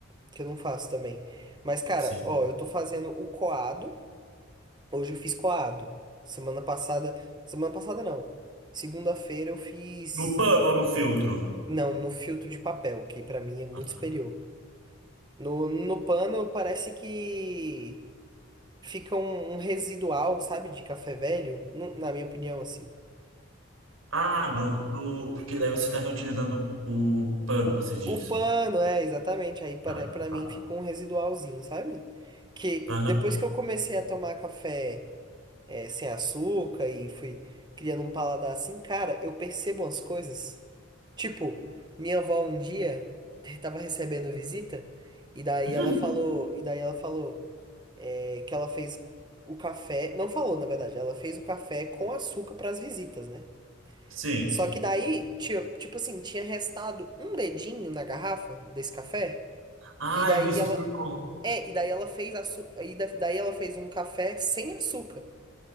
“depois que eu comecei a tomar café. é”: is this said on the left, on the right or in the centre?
Right